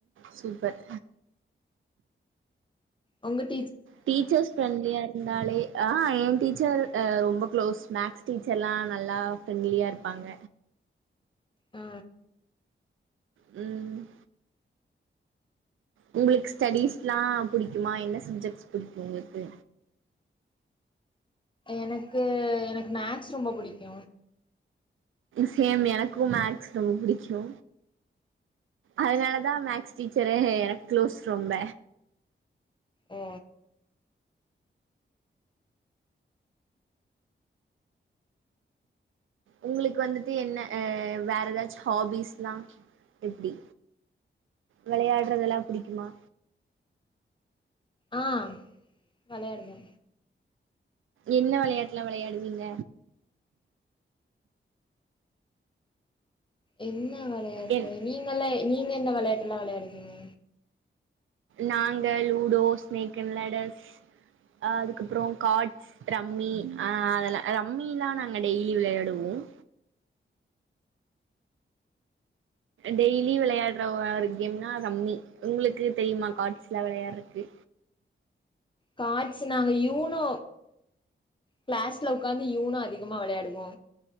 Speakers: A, on the right (about 85°); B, on the left (about 25°).
A: சூப்பர்
B: உங்கட்
A: டீச்சர்ஸ் ஃப்ரெண்ட்லியா இருப் இருந்தாலே ஆ ஏ டீச்சர் எ ரொம்ப குளோஸ் மேக்ஸ் டீச்சர்லா நல்லா ஃப்ரெண்லியாருப்பாங்க
B: ஆ
A: ம் உங்ளுக்கு ஸ்டடிஸ்ல்லா புடிக்குமா என்ன சப்ஜெக்ட்ஸ் புடிக்கு உங்ளுக்கு
B: எனக்கு எனக்கு மேக்ஸ் ரொம்ப புடிக்கு
A: சேம் எனக்கூ மேக்ஸ் ரொம்ப பிடிக்கு அதனாலதா மேக்ஸ் டீச்சரே எனக்கு க்ளோஸ் ரொம்ப
B: ஓ
A: உங்ளுக்கு வந்துட்டு என்ன அ வேற எதாச்சு ஹாபீஸ்ல்லா எப்டி வெளையாட்றதெல்லா புடிக்குமா
B: ஆ வெளையாடுவோ
A: என்ன வெளையாட்லா வெளையாடுவீங்க
B: என்ன <unintelligible> வெளயாட்டு
A: என்
B: நீங்கல்லா எ நீங்க என்ன வெளாட்டு எல்லா வெளாடுவீங்க
A: நாங்க லூடோ, ஸ்னேக் அண்ட் லெடர்ஸ் அ அதுக்கப்பறோ கார்ட்ஸ் ரம்மி அ அதெல்லா ரம்மி எல்லா நாங்க டெய்லி விளையாடுவோம் டெய்லி விளையாடுற ஒரு கேம்னா ரம்மி உங்களுக்கு தெரியுமா கார்ட்ஸ்ல்லா விளையாடுறக்கு
B: கார்ட்ஸ் நாங்க யூனோ கிளாஸ்ல உடக்காந்து யூனோ அதிகமா வெளையாடுவோ